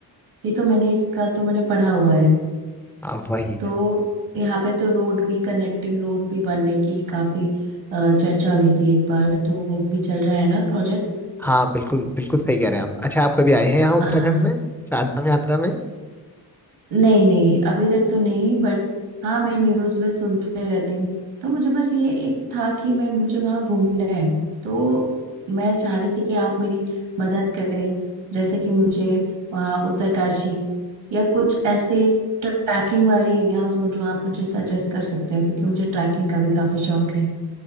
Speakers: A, on the right; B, in the centre.
A: ये तो मैंने इसका तो मैंने पढ़ा हुआ है
B: अ, वही
A: तो यहाँ पे तो रोड भी कनेक्टिंग रोड भी बनने की काफी अ, चर्चा हुई थी एक बार तो वो भी चल रहा है ना प्रोजेक्ट
B: हाँ बिल्कुल बिल्कुल सही कह रहे हैं आप अच्छा आप कभी आए हैं यहाँ उत्तराखंड
A: हाँ
B: में चार धाम यात्रा में
A: नहीं नहीं अभी तक तो नहीं बट हाँ मैं न्यूज में सुनते रहती हूँ तो मुझे बस ये एक था कि मैं मुझे वहां घूमना है तो मैं चाह रही थी कि आप मेरी मदद करें जैसे कि मुझे वहाँ उत्तरकाशी या कुछ ऐसे ट्रैकिंग वाले एरियाज हो जो आप मुझे सजेस्ट कर सकते हैं क्योंकि मुझे ट्रैकिंग का भी काफी शौक है